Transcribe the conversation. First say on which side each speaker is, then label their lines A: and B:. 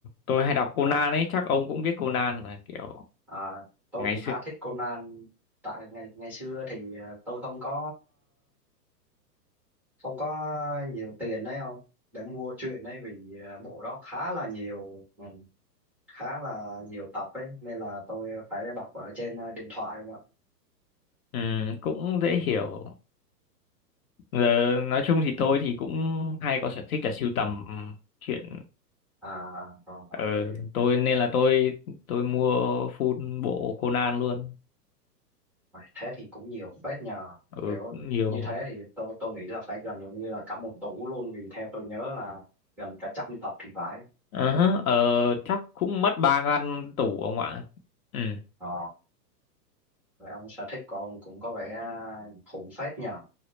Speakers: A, on the left (about 60°); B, in the centre.
A: tôi hay đọc Conan
B: à,
A: ấy, chắc ông cũng biết Conan là kiểu
B: à, tôi
A: ngày
B: cũng
A: xưa
B: khá thích Conan tại ngày ngày xưa thì ờ, tôi không có ông có nhiều tiền đấy không để mua truyện đấy vì à, bộ đó khá là nhiều ừ, khá là nhiều tập ấy nên là tôi phải đọc ở trên à, điện thoại không ạ
A: ừ, cũng dễ hiểu. Giờ nói chung thì tôi thì cũng hay có sở thích là sưu tầm ừ, truyện
B: à rồi, rồi,
A: ừ,
B: vậy
A: tôi nên là tôi tôi mua full bộ Conan luôn.
B: vậy thế thì cũng nhiều phết nhờ
A: Ừ,
B: kiểu
A: cũng nhiều.
B: như thế thì tôi tôi nghĩ là phải gần như là cả một tủ luôn vì theo tôi nhớ là gần cả trăm tập thì phải
A: Ờ, hả, ờ, chắc cũng mất ba ngăn tủ ông ạ. Ừ.
B: ờ vậy ông sở thích của ông cũng có vẻ à, khủng phết nhờ